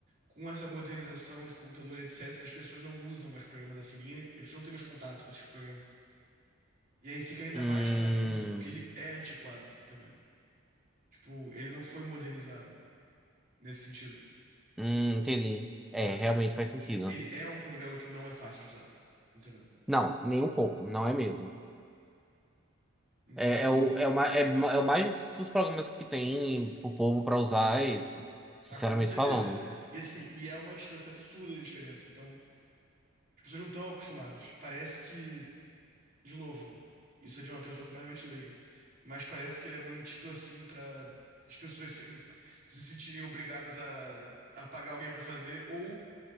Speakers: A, on the right; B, in the centre.
A: com essa modernização de computador, etc., as pessoas não usam mais programas assim, ninguém, as pessoas não têm mais contato com esses programas. E aí fica ainda
B: Hum,
A: mais confuso, porque ele é antiquado, entendeu? Tipo, ele não foi modernizado nesse sentido,
B: hum, entendi. É,
A: sabe?
B: realmente faz sentido.
A: Tipo, ele é um programa que não é fácil de usar, entendeu?
B: Não, nem um pouco, não é mesmo.
A: Então,
B: É,
A: assim,
B: é, o, é, o, ma- é, ma- é o mais difícil dos programas que tem pro povo para usar é esse, sinceramente
A: ah, com certeza.
B: falando.
A: E assim, e é uma distância absurda de diferença. Então, as pessoas não estão acostumadas. Parece que, de novo, isso é de uma pessoa completamente leiga, mas parece que ele é mantido assim pra as pessoas se, se sentirem obrigadas a, a pagar alguém pra fazer ou